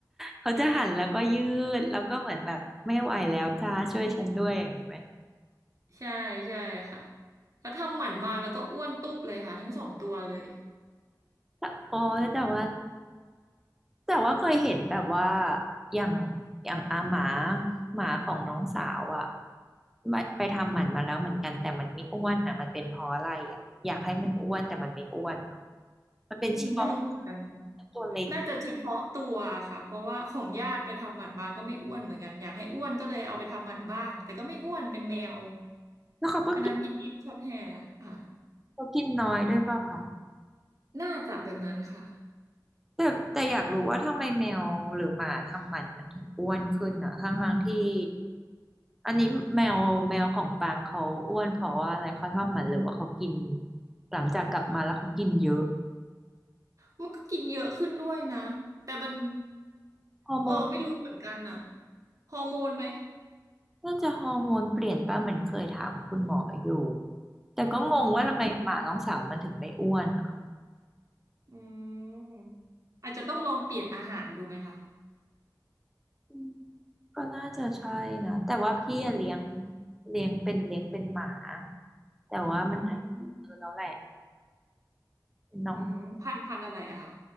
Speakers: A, in the centre; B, on the right (about 50°).
A: เขาจะหันแล้วก็ยืดแล้วก็เหมือนแบบไม่ไหวแล้วจ้าช่วยฉันด้วยอย่างนี้ไหม
B: ใช่ใช่ค่ะเขาทำหมันมาแล้วก็อ้วนตุบเลยค่ะทั้งสองตัวเลย
A: แต่อ๋อแต่ว่า แต่ว่าเคยเห็นแบบว่าอย่างอย่างอาหมาหมาของน้องสาวอ่ะไปไปทำหมันมาแล้วเหมือนกันแต่มันไม่อ้วนนะมันเป็นเพราะอะไรอ่ะอยากให้มันอ้วนแต่มันไม่อ้วนมันเป็นชิบา
B: อืมไม่รู้เหมือนกัน
A: ตัวเล็ก
B: น่าจะเฉพาะตัวค่ะเพราะว่าของญาติไปทำหมันมาก็ไม่อ้วนเหมือนกันอยากให้อ้วนก็เลยเอาไปทำหมันบ้างแต่ก็ไม่อ้วนเป็นแมว
A: แล้วเขาก็กิน
B: อันนั้นบิติชช็อตแฮร์ค่ะ
A: เขากินน้อยด้วยเปล่าคะ
B: น่าจะแบบนั้นค่ะ
A: แต่แต่อยากรู้ว่าทำไมแมวหรือหมาทำหมันมันถึงอ้วนขึ้นอ่ะทั้งทั้งที่อันนี้แมวแมวของปางเขาอ้วนเพราะว่าอะไรเขาทำหมันหรือว่าเขากินหลังจากกลับมาแล้วเขากินเยอะ
B: มันก็กินเยอะขึ้นด้วยนะแต่มัน
A: ฮอร์โม
B: เออไม่รู้เหมือนกันน่ะฮอร์โมนไหม
A: น่าจะฮอร์โมนเปลี่ยนป่ะเหมือนเคยถามคุณหมออยู่แต่ก็งงว่าทำไมหมาน้องสาวมันถึงไม่อ้วนอ่ะ
B: อืมอืมอาจจะต้องลองเปลี่ยนอาหารดูไหมคะ
A: อืมก็น่าจะใช่นะแต่ว่าพี่อะเลี้ยงเลี้ยงเป็นเลี้ยงเป็นหมาแต่ว่ามันอาจจะเออะแล้วแหละ
B: อืม
A: เป็นน้อง
B: อืมพันธุ์พันธุ์อะไรอะค่ะ